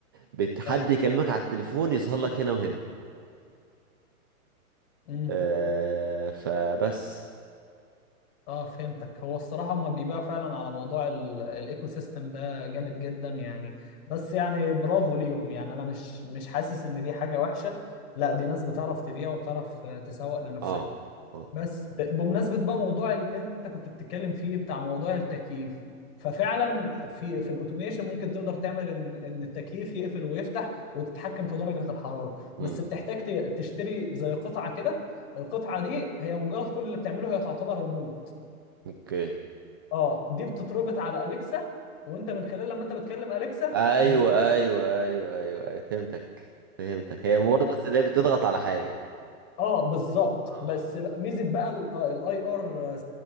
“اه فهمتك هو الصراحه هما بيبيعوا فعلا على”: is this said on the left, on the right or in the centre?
Left